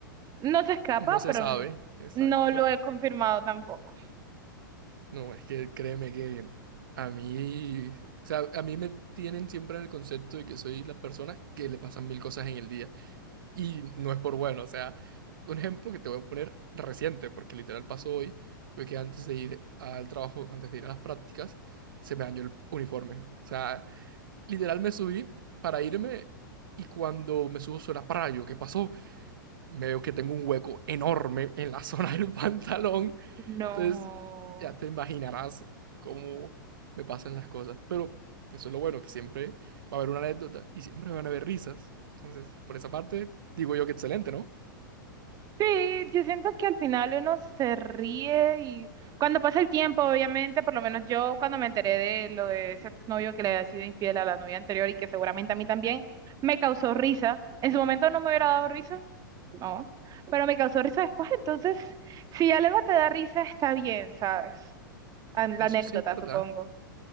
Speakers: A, on the right; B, on the right.
A: No se escapa,
B: no se
A: pero
B: sabe, exacto.
A: no lo he confirmado tampoco.
B: No, es que créeme que a mí, o sea, a mí me tienen siempre en el concepto de que soy la persona que le pasan mil cosas en el día. Y no es por bueno, o sea, un ejemplo que te voy a poner reciente, porque literal pasó hoy, fue que antes de ir al trabajo, antes de ir a las prácticas, se me dañó el uniforme. O sea, literal me subí para irme y cuando me subo suena para yo, ¿qué pasó? Me veo que tengo un hueco enorme en la zona del <laughs> pantalón.
A: No.
B: Entonces, ya te imaginarás cómo me pasan las cosas. Pero eso es lo bueno, que siempre va a haber una anécdota y siempre van a haber risas. Entonces, por esa parte, digo yo que excelente, ¿no?
A: Sí, yo siento que al final uno se ríe y cuando pasa el tiempo, obviamente, por lo menos yo cuando me enteré de lo de ese exnovio que le había sido infiel a la novia anterior y que seguramente a mí también, me causó risa. En su momento no me hubiera dado risa, no, pero me causó risa después, entonces, si algo te da risa, está bien, ¿sabes? An-
B: Eso
A: La anécdota,
B: sí es verdad.
A: supongo.